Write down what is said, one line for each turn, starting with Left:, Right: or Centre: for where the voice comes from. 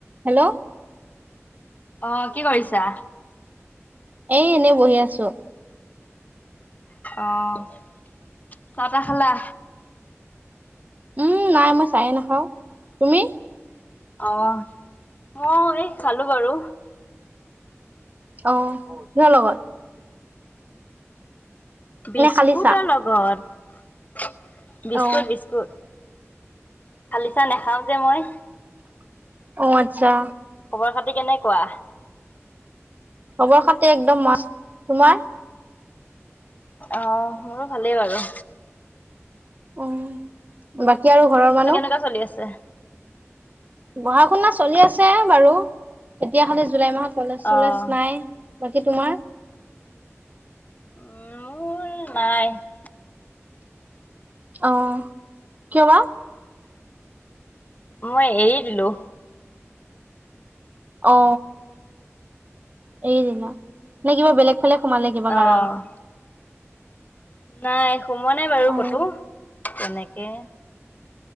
Right: Hello!
Left: অঁ কি কৰিছা?
Right: এ এনেই বহি আছো।
Left: অঁ' চাহ তা খালা?
Right: উমঁ নাই মই চায়ে নাখাওঁ। তুমি?
Left: অঁ অঁ এই খালো বাৰু।
Right: অঁ কিহৰ লগত।
Left: বিস্কুটৰ
Right: নে খালি চাহ
Left: লগত। বিস্কুট,
Right: অ
Left: বিস্কুট খালি চাহ নাখাওঁ যে মই।
Right: অঁ আচ্ছা।
Left: খবৰ খাতি কেনেকুৱা?
Right: খবৰ-খাতি একদম মস্ত, তোমাৰ?
Left: অ' মোৰো ভালেই বাৰু।
Right: উম বাকী আৰু ঘৰৰ মানুহ।
Left: পূজা চলি আছে।
Right: পঢ়া-শুনা চলি আছে বাৰু, এতিয়া খালী জুলাই মাহত কলেজ
Left: অ',
Right: চলেজ নাই। বাকী তোমাৰ?
Left: উ মোৰ নাই।
Right: অহ' কিয় বা?
Left: মই এৰি দিলো।
Right: অ' এৰি দিলা নে, কিবা বেলেগ ফালে সোমালে কিবা
Left: অ',
Right: কাৰণত।
Left: নাই সোমোৱা নাই বাৰু
Right: অ
Left: ক'তো তেনেকে।